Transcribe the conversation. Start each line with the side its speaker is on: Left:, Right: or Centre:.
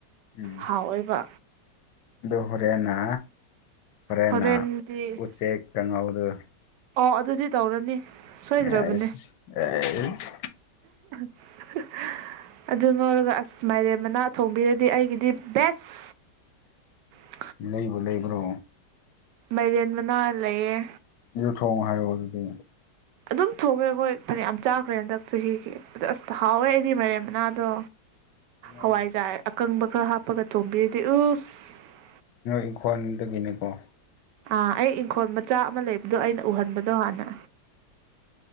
Left: ꯎꯝ
Right: ꯍꯥꯎꯔꯣꯏꯕꯥ
Left: ꯑꯗꯨ ꯍꯣꯔꯦꯟꯅ ꯍꯣꯔꯦꯟꯅ
Right: ꯍꯣꯔꯦꯟꯗꯤ
Left: ꯎꯆꯦꯛ ꯀꯪꯍꯧꯗꯨ
Right: ꯑꯣ ꯑꯗꯨꯗꯤ ꯇꯧꯔꯅꯤ ꯁꯣꯏꯗ꯭ꯔꯕꯅꯦ
Left: ꯑꯦꯁ ꯑꯦꯁ
Right: <unintelligible> ꯑꯗꯨ ꯉꯧꯔꯒ ꯑꯁ ꯃꯥꯏꯔꯦ ꯃꯅꯥ ꯊꯣꯡꯕꯤꯔꯗꯤ ꯑꯩꯒꯤꯗꯤ ꯕꯦꯁ <inaudible>
Left: ꯂꯩꯕꯨ ꯂꯩꯕ꯭ꯔꯣ
Right: ꯃꯥꯏꯔꯦꯟ ꯃꯅꯥ ꯂꯩꯌꯦ
Left: ꯌꯨ ꯊꯣꯡꯉꯣ ꯍꯥꯏꯌꯣ ꯑꯗꯨꯗꯤ
Right: ꯑꯗꯨꯝ ꯊꯣꯛꯑꯦ ꯑꯩꯈꯣꯏ ꯐꯅꯌꯥꯝ ꯆꯥꯈ꯭ꯔꯦ ꯍꯟꯗꯛ ꯆꯍꯤꯒꯤ ꯑꯗ ꯑꯁ ꯍꯥꯎꯋꯦ ꯑꯩꯗꯤ ꯃꯔꯦꯝꯥꯟꯎ ꯃꯅꯥꯗꯣ
Left: ꯅꯣꯏ
Right: ꯍꯋꯥꯏꯖꯥꯔ ꯑꯀꯪꯕ ꯈꯔ ꯍꯥꯞꯄꯒ ꯊꯣꯢꯡꯕꯤꯔꯗꯤ ꯎꯁ
Left: ꯅꯣꯏ ꯏꯪꯈꯣꯜꯗꯒꯤꯅꯦꯀꯣ
Right: ꯑꯥ ꯑꯩ ꯏꯪꯈꯣꯜ ꯃꯆꯥ ꯑꯃ ꯂꯩ ꯑꯗꯣ ꯑꯩꯅ ꯎꯍꯟꯕꯗꯣ ꯍꯥꯟꯅ